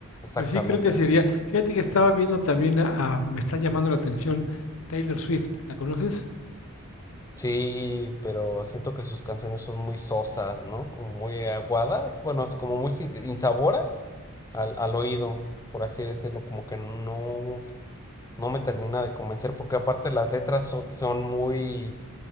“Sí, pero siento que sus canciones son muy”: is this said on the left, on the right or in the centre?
Left